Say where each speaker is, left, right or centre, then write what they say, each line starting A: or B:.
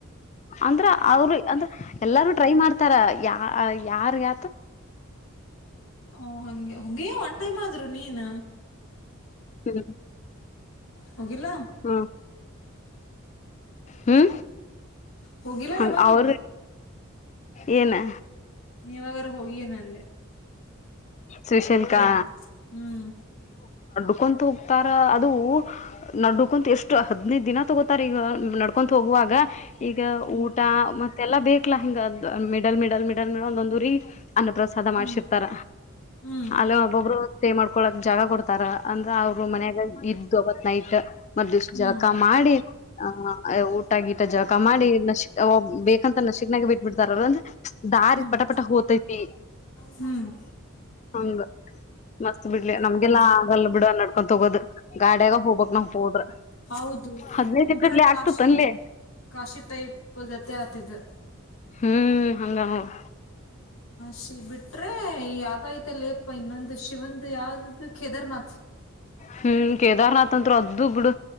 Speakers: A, on the left; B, on the left.
A: ಅಂದ್ರ ಅವರು ಅಂದ್ರ ಎಲ್ಲಾರು ಟ್ರೈ ಮಾಡ್ತಾರ ಯ ಯಾರ್ ಯ
B: ಹ್ಮ ಹಂಗೆ ಗೆ ಒನ್ ಟೈಮ್ ಆದ್ರು ನೀನ್
A: ಹ್ಮ್
B: ಹೋಗಿಲ್ಲ.
A: ಹ್ಮ್ ಹ್ಮ್.
B: ಹೋಗಿಲ್ಲ
A: ಹಂಗ
B: ಯಾವಾಗೂ,
A: ಅವ್ರ ಏನ
B: ನೀ ಯಾವಾಗರ ಹೋಗಿ ಏನಂದೆ.
A: ಸುಶೀಲ್ಕಾ
B: ಹ್ಮ್ ಹ್ಮ್.
A: ನಡ್ಕೊ ಹೋಗ್ತಾರ ಅದು ನಡ್ಕೊಂತ ಎಷ್ಟು ಹದನೈದು ದಿನ ತಗೋತಾರ ಈಗ ನಡ್ಕೊತ್ ಹೋಗುವ ಹಾಗ, ಈಗ
B: ಹ್ಮ್
A: ಊಟ ಮತ್ತೆಲ್ಲಾ ಬೇಕಲಾ ಹಿಂಗದ ಮಿಡಲ್ ಮಿಡಲ್ ಮಿಡಲ್ ಮಿಡಲ್ ಒಂದೊಂದುರಿ ಅನ್ನಪ್ರಸಾದ ಮಾಡ್ಸಿರ್ತಾರ
B: ಹ್ಮ್ ಹ್ಮ್
A: ಅಲ್ಲ ಒಬ್ಬೊಬ್ರು ಸ್ಟೇ ಮಾಡ್ಕೊಳ್ಳ ಕ ಜಾಗ ಕೊಡ್ತ ತರ. ಅಂದ್ರ ಅವರು ಮನ್ಯಾಗ ಇದ್ದ ಒತ್ ನೈಟ್ ಮ ದಿವಸ
B: ಹ್ಮ್
A: ಜಕ ಮಾಡಿ ಆಹ, ಊಟ, ಗೀಟ, ಜಳಕ ಮಾಡಿ. ನಶ ಬೇಕಂತ ನಶ ನಾಗ ಬಿಟ್ಬಿಡ್ತಾರ ಅಂದ್ರ ದಾರಿ
B: ಹ್ಮ್
A: ಪಟಪಟ ಹೋತೈತಿ.
B: ಹ್ಮ್
A: ಹಂಗ ಮಸ್ತ್ ಬಿಡ್ಲಿ ನಮ್ಗೆಲ್ಲಾ,
B: ಹ್ಮ್
A: ಆಗಲ್ಲ ಬಿಡ ನಡ್ಕೊಂಡ ತಗೋದು ಗಾಡಿಯಾಗ ಹೋಗ್ಬಕ್ ನಾವು ಹೋದ್ರ.
B: ಹೌದು
A: ಹದ್ನೈದು
B: ಒಂತರ
A: ಎಕಡ್ಲಿ
B: ಕಾಶಿ,
A: ಆಗ್ತತ್ ಅನ್ಲಿ
B: ಕಾಶಿ ಟೈಪ್ ಜೊತೆ, <inaudible>
A: ಹ್ಮ್ ಹಂಗ ನೋಡ್
B: ಶ ಬಿಟ್ರೆ ಯಾವೈತ ಲ ಅಪ್ಪ ಇನ್ನೊಂದು ಶಿವನ್ ಯಾವ್ದ್ದು ಕೇದಾರ್ನಾಥ್.
A: ಹ್ಮ್ ಕೇದಾರ್ನಾಥ್ ಅಂತರು ಅದದು ಬಿಡು